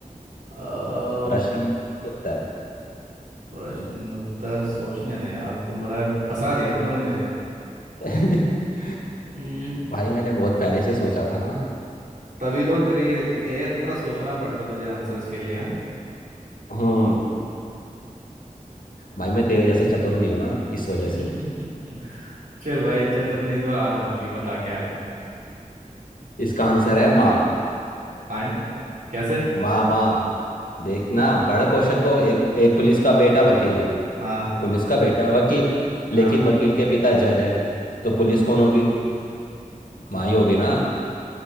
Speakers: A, on the right (about 70°); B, on the left (about 85°).
A: अ,
B: प्रश्न उत्तर
A: प्रश्न उत्तर सोचने दे यार तू बड़ा फंसा दिया तूने मुझे
B: <laughs>
A: हम्म,
B: भाई मैंने बहुत पहले से सोचा था ना
A: तभी तो तेरी ये इतना सोचना पड़ता तुझे आंसर्स के लिए हाँ?
B: हम्म भाई मैं तेरे जैसा चतुर नहीं हूं ना
A: <laughs>
B: इस वजह से
A: चल भाई चतुर ने इस बार हार मान ली बता क्या है
B: इसका आंसर है माँ
A: आए कैसे
B: माँ माँ देखना पढ़ क्वेश्चन को एक एक पुलिस का बेटा वकील है
A: हाँ
B: पुलिस का बेटा वकील लेकिन
A: हाँ
B: वकील के पिता जज है तो पुलिस कौन होगी माँ ही होगी ना